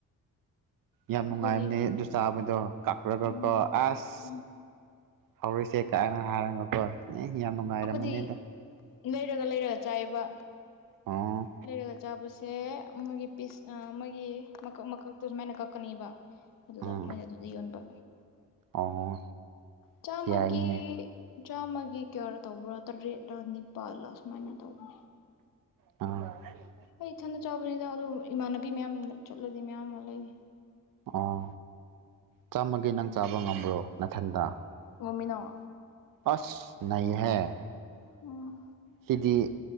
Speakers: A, on the right; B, on the left.
A: ꯌꯥꯝ ꯅꯨꯡꯉꯥꯏꯕꯅꯤ
B: ꯑꯩꯈꯣꯏꯗꯤ
A: ꯑꯗꯨ ꯆꯥꯕꯗꯣ ꯀꯛꯀ꯭ꯔ
B: ꯎꯝ
A: ꯀꯛꯀ ꯑꯁ
B: ꯎꯝ
A: ꯍꯧꯔꯤꯁꯦ ꯀꯥꯏꯅ ꯍꯥꯏꯔꯅꯀꯣ ꯑꯦ ꯌꯥꯝ ꯅꯨꯡꯉꯥꯏꯔꯝꯕꯅꯦꯗ
B: ꯑꯩꯈꯣꯏꯗꯤ ꯂꯩꯔꯒ ꯂꯩꯔꯒ ꯆꯥꯏꯑꯕ
A: ꯑꯣ
B: ꯂꯩꯔꯒ ꯆꯥꯄꯁ ꯁꯦ ꯃꯣꯏꯒꯤ ꯄꯤꯁ ꯃꯣꯏꯒꯤ ꯃꯀꯛ ꯃꯀꯛꯇꯣ ꯁꯨꯃꯥꯏꯅ ꯀꯛꯀꯅꯤꯕ ꯑꯗꯨꯗ
A: ꯎꯝ
B: ꯃꯣꯏꯅ ꯑꯗꯨꯗ ꯌꯣꯟꯕ
A: ꯑꯣ
B: ꯆ ꯃꯥꯒ
A: ꯌꯥꯏꯅꯦ
B: ꯆꯥꯝꯃꯒꯤ ꯀꯌꯥꯔ ꯇꯧꯕ꯭ꯔꯥ ꯇꯔꯦꯠꯂꯥ ꯅꯤꯄꯥꯜꯂꯥ ꯁꯨꯃꯥꯏꯅ ꯇꯧꯕꯥ
A: ꯑ
B: ꯍꯣꯏ ꯏꯊꯟꯗ ꯆꯥꯎꯕꯅꯤꯗ ꯑꯗꯨꯝ ꯏꯃꯥꯟꯅꯕꯤ ꯃꯌꯥꯝ ꯆꯠꯂꯗꯤ ꯃꯌꯥꯝ ꯑꯃ ꯂꯩ
A: ꯑꯣ ꯆꯥꯝꯃꯒꯦ ꯅꯪ ꯆꯥꯕ ꯉꯝꯕ꯭ꯔꯣ ꯃꯊꯟꯗ
B: ꯃꯃꯤꯟꯅꯣꯡ
A: ꯑꯁ ꯅ ꯍꯥꯏ
B: ꯎꯝ
A: ꯁꯤꯗꯤ